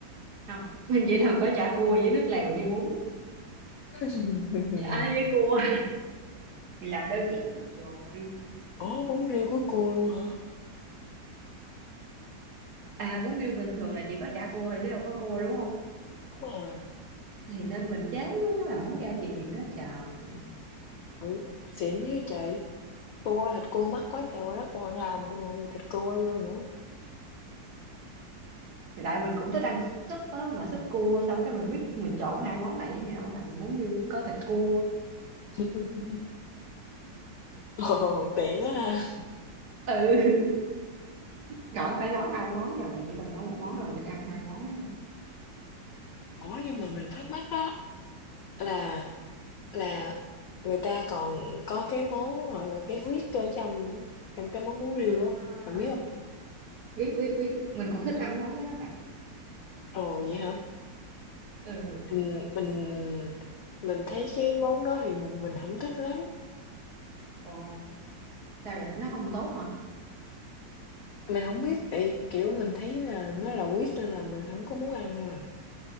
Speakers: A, on the right; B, on the left.
A: không <laughs> mình chỉ làm có chả cua với nước lèo với bún
B: <laughs>
A: à, với cua thì làm đơn giản được rồi
B: Ủa, bún riêu của cua luôn hả?
A: à bún riêu bình thường là chỉ có chả cua thôi chứ đâu có cua đúng không
B: Đúng rồi,
A: thì nên mình chán với nó là món gia truyền đó trời
B: ừ, xịn dữ vậy Cua, thịt cua mắc quá trời quá đất còn làm thịt cua vô nữa.
A: thì tại mình cũng thích ăn súp á mà súp cua xong cái mình mix mình trộn hai món lại với nhau thành món như có thịt cua
B: <laughs> Ồ, tiện quá ha.
A: ừ <laughs> gọi phải nấu hai món giờ mình chỉ cần nấu một món là mình được ăn hai món đấy không
B: Ủa, nhưng mà mình thắc mắc á là Là người ta còn có cái món, gọi là, cái huyết ở trong trong cái món bún riêu
A: À.
B: á, bạn biết hông?
A: biết biết biết mình cũng thích ăn món đó các bạn
B: Ồ, vậy hả?
A: ừ
B: Ừm, mình mình thấy cái món đó thì mình hổng thích lắm,
A: ồ sao vậy nó không tốt hả
B: mình hổng biết tại, kiểu, mình thấy là nó là huyết nên là mình hổng có muốn ăn thôi à.